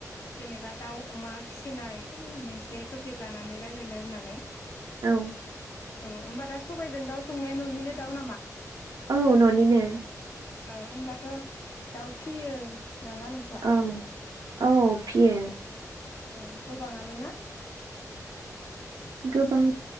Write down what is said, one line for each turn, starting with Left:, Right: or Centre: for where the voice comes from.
Left: जेनेबा दाउ अमा फिसिनाय मोनसे टपिक लानानै रायलायनो होननानै
Right: औ
Left: अ होमबा दा सबबायजों दाउ संनाया न'निनो दाउ नामा
Right: औ न'निनो
Left: औ होमबाथ' दाउ फियो नामा नोंसा
Right: औ औ फियो
Left: औ गोबाङानो ना
Right: गोबां